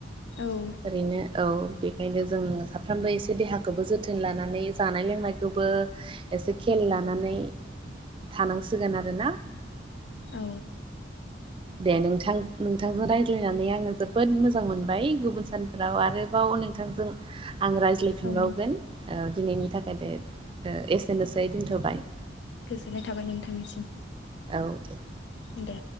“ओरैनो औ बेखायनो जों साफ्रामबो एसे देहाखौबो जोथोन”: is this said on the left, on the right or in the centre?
Right